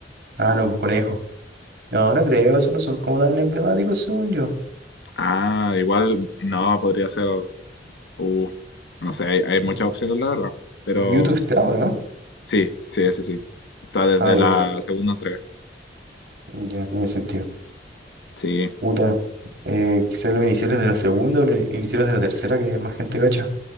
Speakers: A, on the right; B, on the left.
A: Ah, no, pues Conejo. No, no creo, esos no son como tan emblemáticos según yo.
B: Ah, igual no, podría ser. uh, no sé, hay, hay muchas
A: M-
B: opciones, la verdad. Pero
A: Mewtwo está, ¿o no?
B: sí, sí, ese sí. Está desde
A: Ah, ya,
B: la
A: gra-
B: segunda entrega.
A: ya tiene sentido.
B: Sí,
A: Puta, eh, quizás los iniciales de la segunda o los iniciales de la tercera, que más gente cacha.